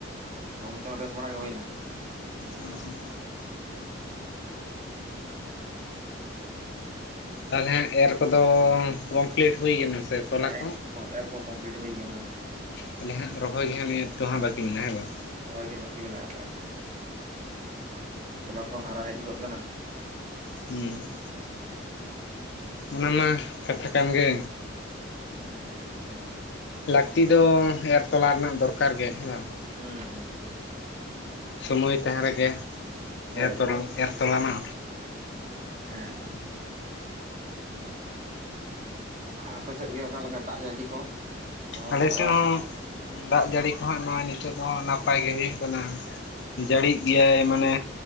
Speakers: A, on the right (about 35°); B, on the left (about 60°).
A: ᱚ ᱚᱱᱛᱮ ᱦᱚᱸ ᱵᱮᱥ ᱵᱟᱲᱟ ᱜᱮ ᱦᱩᱭᱱᱟ?
B: ᱚ᱾ ᱛᱟᱦᱚᱞᱮ ᱮᱨ ᱠᱚᱫᱚ ᱠᱚᱢᱯᱞᱤᱴ ᱦᱩᱭ ᱠᱟᱱᱟ ᱥᱮ ᱛᱚᱞᱟ
A: ᱦᱮᱸ
B: ᱠᱚ
A: <inaudible> ᱮᱨᱚᱠᱚ ᱠᱚᱢᱯᱞᱤᱴ ᱦᱩᱭ ᱠᱟᱱᱟ ᱦᱟᱸᱜ᱾
B: ᱛᱟᱦᱞᱮ ᱦᱟᱸᱜ ᱨᱚᱦᱚᱭ ᱜᱮ ᱦᱟᱸᱜ ᱱᱤᱛᱚᱜ ᱦᱟᱸᱜ ᱵᱟᱹᱠᱤ ᱢᱮᱱᱟᱜᱼᱟ ᱦᱮᱸ ᱵᱟᱝ?
A: ᱨᱚᱦᱚᱭ ᱜᱮ ᱵᱟᱹᱠᱤ ᱢᱮᱱᱟᱜ ᱠᱟᱜᱼᱟ, ᱚᱱᱟ ᱠᱚᱦᱚᱸ ᱦᱟᱨᱟ ᱦᱮᱡᱩᱜᱚᱜ ᱠᱟᱱᱟ᱾
B: ᱦᱩᱸ᱾ ᱚᱱᱟ ᱢᱟ ᱠᱟᱛᱷᱟ ᱠᱟᱱ ᱜᱮ,
A: ᱦᱩᱸ᱾
B: ᱞᱟᱹᱠᱛᱤ ᱫᱚ ᱮᱨ ᱛᱚᱞᱟ ᱨᱮᱱᱟᱜ ᱫᱚᱨᱠᱟᱨ ᱜᱮ ᱦᱮᱸ ᱵᱟᱝ?
A: ᱦᱩᱸ ᱦᱩᱸ᱾
B: ᱥᱚᱢᱳᱭ ᱛᱟᱦᱮᱸ ᱨᱮᱜᱮ
A: ᱦᱳᱭ
B: ᱮᱨ ᱛᱚᱞᱟ ᱮᱨ ᱛᱚᱞᱟ ᱢᱟ
A: ᱦᱮᱸ᱾ ᱟᱯᱮ ᱥᱮᱫ ᱜᱮ ᱚᱠᱟᱮ ᱞᱮᱠᱟ ᱫᱟᱜ ᱡᱟᱹᱲᱟ ᱠᱚ? ᱨᱚᱦᱚᱭ
B: ᱟᱞᱮᱥᱮᱫ
A: ᱠᱚ ᱞᱟᱜᱟᱣ
B: ᱦᱚᱸ
A: ᱠᱟᱱᱟ?
B: ᱫᱟᱜ ᱡᱟᱹᱲᱤ ᱠᱚᱦᱚᱸ ᱱᱚᱜᱼᱚᱭ ᱱᱤᱛᱚᱜ ᱫᱚ ᱱᱟᱯᱟᱭ ᱜᱮ ᱦᱩᱭᱩᱜ ᱠᱟᱱᱟ᱾
A: ᱟᱪᱪᱷᱟ
B: ᱡᱟᱹᱲᱤᱜ
A: ᱟᱪᱪᱷᱟ
B: ᱜᱮᱭᱟᱭ ᱢᱟᱱᱮ